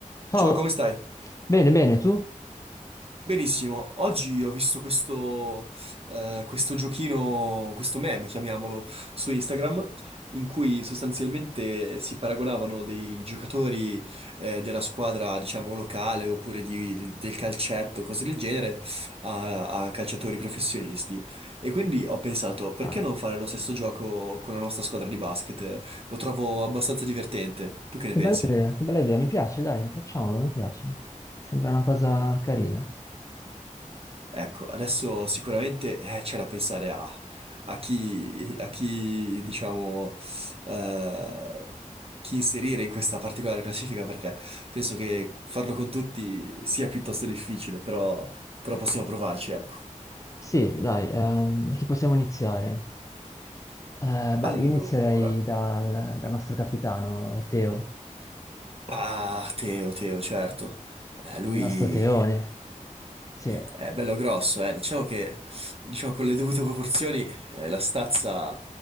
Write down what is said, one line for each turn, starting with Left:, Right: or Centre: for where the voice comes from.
Left: Ciao,
Right: Ciao, come stai?
Left: bene, bene, tu?
Right: Benissimo. Oggi ho visto questo, eh, questo giochino, questo meme, chiamiamolo, su Instagram, in cui sostanzialmente si paragonavano dei giocatori, eh, della squadra, diciamo, locale oppure di- del del calcetto, cose del genere, a, a calciatori professionisti. E quindi ho pensato, perché
Left: Ah,
Right: non fare lo stesso gioco con la nostra squadra di basket? Lo trovo abbastanza divertente. Tu che
Left: che
Right: ne pensi?
Left: bella idea, che bella idea, mi piace, dai, facciamolo, mi piace. Sembra una cosa carina.
Right: Ecco, adesso sicuramente eh, c'è da pensare a, a chi, a chi, diciamo, eh, chi inserire in questa particolare classifica, perché penso che farlo con tutti sia piuttosto difficile, però, però possiamo provarci, ecco.
Left: Sì, dai, ehm, da chi possiamo iniziare? Eh, beh,
Right: Allora,
Left: io inizierei dal, dal nostro capitano, Teo,
Right: ah, Teo, Teo, certo. Eh, lui
Left: il nostro Teone. Sì.
Right: È bello grosso, eh. Diciamo che diciamo, con le dovute proporzioni eh, la stazza